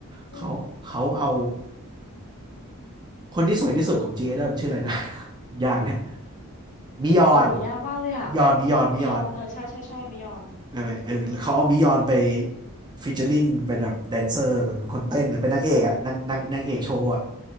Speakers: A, on the left (about 35°); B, on the right (about 20°).
A: อืม
B: เขาเขาเอาคนที่สวยที่สุดของจีเอเดนชื่ออะไรนะ <laughs> ยากนะมิยอน
A: โอ้โหยากมากเลยอ่ะ
B: มิยอนมิยอนมิยอน
A: มิยอนเออใช่ใช่ใช่มิยอน
B: ใช่ไหมเออเขาเอามิยอนไปฟีเจอริงเป็นแบบแดนเซอร์เหมือนเป็นคนเต้นเนี่ยเป็นนางเอกอะนางนางนางเอกโชว์อะ